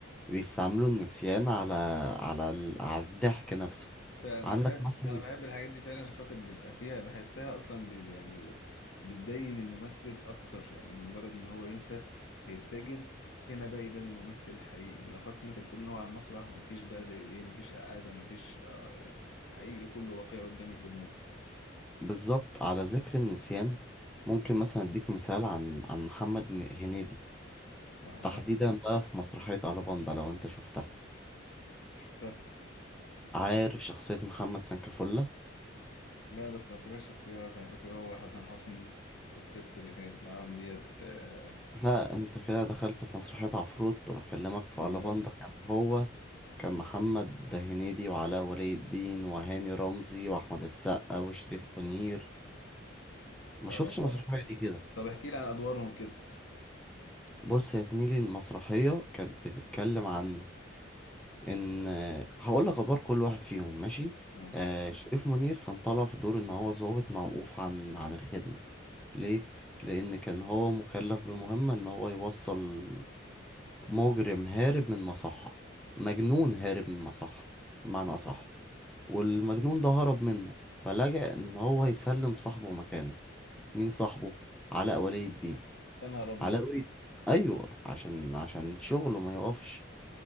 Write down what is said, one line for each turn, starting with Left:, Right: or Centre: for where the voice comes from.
Centre: بيستعملوا النسيان على على ال- على الضحك نفسه
Left: انا
Centre: عندك
Left: بحب
Centre: مثلا
Left: انا بحب الحاجات دي فعلا عشان خاطر بيبقى فيها بحسها اصلا بي يعني بتبين الممثل اكتر يعني مجرد ان هو ينسى فيرتجل هنا بقى يبان الممثل الحقيقي بالاخص ان انت بتقول ان هو على المسرح مفيش بقى زي ايه مفيش اعاده مفيش آه حقيقي كله واقعي قدام الجمهور
Centre: بالظبط على ذكر النسيان ممكن مثلا اديك مثال عن عن محمد م- هنيدي
Left: اها
Centre: تحديدا بقى في مسرحية ألاباندا لو انت شفتها
Left: شفتها
Centre: عارف شخصية محمد سنكافولا
Left: لا بس ما افتكرش شخصيات انا فاكر هو حسن حسني الست اللي كانت معاهم ديت آه
Centre: لا انت كده دخلت في مسرحية عفروت وبكلمك في
Left: اللي-
Centre: ألاباندا كان هو كان محمد هنيدي وعلاء ولي الدين وهاني رمزي وأحمد السقا وشريف منير ما
Left: اه
Centre: شفتش المسرحية دي كده
Left: طب احكي لي عن ادوارهم كده
Centre: بص يا زميلي المسرحية كانت بتتكلم عن ان هقول لك ادوار كل واحد فيهم ماشي
Left: ماشي
Centre: آه شريف منير كان طالع في دور ان هو ضابط موقوف عن عن الخدمة ليه لان كان هو مكلف بمهمة ان هو يوصل مجرم هارب من مصحة مجنون هارب من مصحة بمعنى اصح والمجنون ده هرب منه فلجأ ان هو يسلم صاحبه مكانه مين صاحبه علاء ولي الدين
Left: يا نهار ابيض
Centre: علاء ولي ايوه عشان عشان شغله ما يقفش